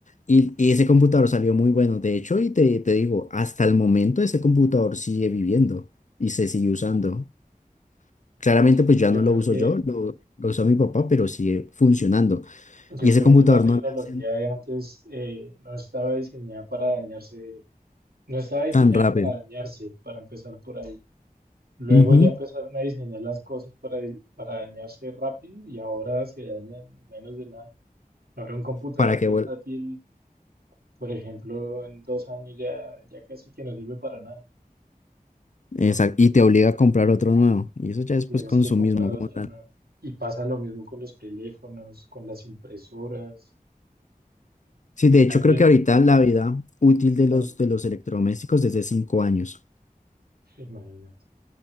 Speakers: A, on the left (about 55°); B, on the right (about 85°).
A: y, y ese computador salió muy bueno. De hecho, y te, te digo, hasta el momento ese computador sigue viviendo y se sigue usando. Claramente
B: Sí,
A: pues ya
B: yo
A: no
B: creo
A: lo uso
B: que,
A: yo, lo, lo usa mi papá, pero sigue funcionando.
B: yo
A: Y ese
B: creo
A: computador
B: que la tecnología
A: no le hacen
B: de antes eh, no estaba diseñada para dañarse, no estaba diseñada
A: tan rápido.
B: para dañarse, para empezar por ahí. Luego
A: Ujú.
B: ya empezaron a diseñar las cosas para, di- para dañarse rápido y ahora se dañan en menos de nada. Ahora un computador
A: Para que
B: portátil,
A: vuelva.
B: por ejemplo, en dos años ya, ya casi que no sirve para nada.
A: Exacto. Y te obliga a comprar otro nuevo. Y eso ya es
B: Tienes
A: pues consumismo
B: que comprar
A: como
B: otra
A: tal.
B: nueva. Y pasa lo mismo con los teléfonos, con las impresoras.
A: Sí, de hecho
B: Alguien,
A: creo que ahorita la vida útil de los,
B: al-
A: de los electrodomésticos es de 5 años. <laughs>
B: imagínate.